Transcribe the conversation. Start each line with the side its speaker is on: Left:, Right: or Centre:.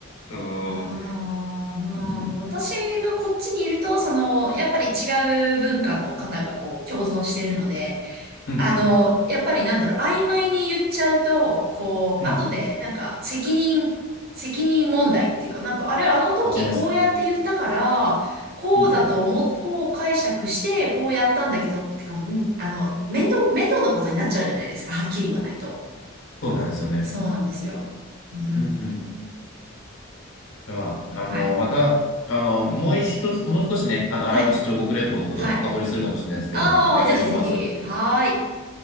Left: そう。
Right: ああ、まあ、
Left: うん、
Right: でも私がこっちにいると、その、やっぱり違う文化の方がこう、共存してるので、
Left: うん、うん。
Right: あの、やっぱりなんだろう、曖昧に言っちゃうと、こう、
Left: うん
Right: 後で、なんか、責任、責任問題っていうか、なんか、あれ、あの時こうやって言ったから、
Left: わかります。
Right: こうだと思っ、
Left: うんうん。
Right: こう解釈して、こうやったんだけど、ってか、んあの、面倒、面倒なことになっちゃうじゃないですか、はっきり言わないと。
Left: そうなんですよね。
Right: そうなんですよ。うん。
Left: うん、うん。では、あの、
Right: はい。
Left: また、あの、もう一つ、もう少しね、あの、
Right: はい。
Left: アラブ首長国連邦のことを深掘りするかもしれないですけども、
Right: はい。ああ、
Left: お願いします。
Right: ぜひぜひ。はーい。